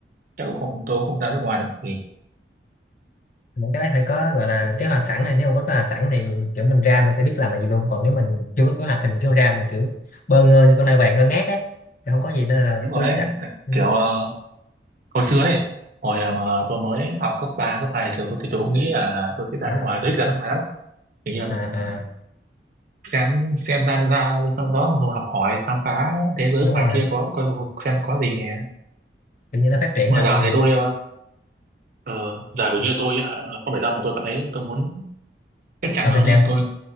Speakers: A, on the right; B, on the left.
A: chắc cũng không tôi cũng không ra nước ngoài làm gì
B: những cái đấy phải có gọi là kế hoạch sẵn này nếu mà có kế hoạch sẵn thì kiểu mình ra mình sẽ biết làm là gì luôn còn nếu mình chưa có kế hoạch thì mình cứ ra mình kiểu bơ ngơ như con nai vàng ngơ ngác ấy thì không có gì nên là
A: đúng rồi
B: tôi
A: đấy
B: mới đặt
A: tại-
B: ừ.
A: kiểu ờ, hồi xưa ấy hồi à, mà tôi mới học cấp 3, cấp 2 thì tôi, thì tôi cũng nghĩ là, là tôi sẽ ra
B: à,
A: nước ngoài tôi thích ra nước ngoài lắm kiểu như là mình
B: à, à.
A: xem xem ra ra sau đó rồi học hỏi khám phá thế giới
B: đúng
A: ngoài
B: rồi
A: kia có, có có- xem có gì nè
B: kiểu như nó phát triển
A: nhưng
B: hơn
A: mà giờ
B: mình
A: thì tôi uh, giờ kiểu như tôi hả, không phải sao mà tôi cảm thấy tôi muốn chắc chắn
B: ở
A: hơn
B: Việt Nam
A: ấy tôi